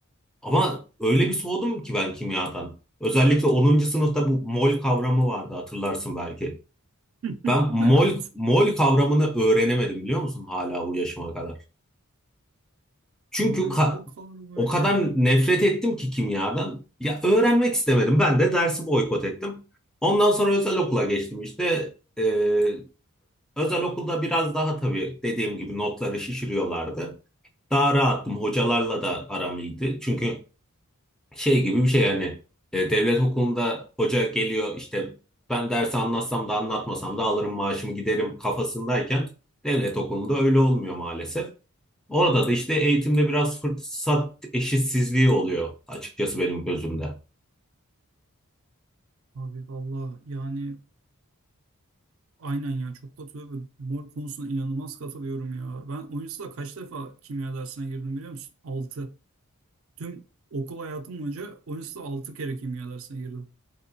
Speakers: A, in the centre; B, on the right (about 60°).
A: Ama öyle bir soğudum ki ben kimyadan. Özellikle onuncu sınıfta bu mol kavramı vardı hatırlarsın belki.
B: <laughs>
A: Ben mol
B: Evet.
A: mol kavramını öğrenemedim biliyor musun hala bu yaşıma kadar. Çünkü
B: Abi
A: ka-
B: mol kavramı
A: o
B: öyle
A: kadar
B: ya.
A: nefret ettim ki kimyadan. Ya öğrenmek istemedim. Ben de dersi boykot ettim. Ondan sonra özel okula geçtim işte. Ee, özel okulda biraz daha tabii dediğim gibi notları şişiriyorlardı. Daha rahattım. Hocalarla da aram iyiydi. Çünkü şey gibi bir şey yani e, devlet okulunda hoca geliyor işte ben dersi anlatsam da anlatmasam da alırım maaşımı giderim kafasındayken devlet okulunda öyle olmuyor maalesef. Orada da işte eğitimde biraz fırsat eşitsizliği oluyor açıkçası benim gözümde.
B: Abi valla yani aynen ya çok katılıyorum. Mol konusuna inanılmaz katılıyorum ya. Ben o yüzden kaç defa kimya dersine girdim biliyor musun? 6. Tüm okul hayatım boyunca o yüzden 6 kere kimya dersine girdim. <laughs>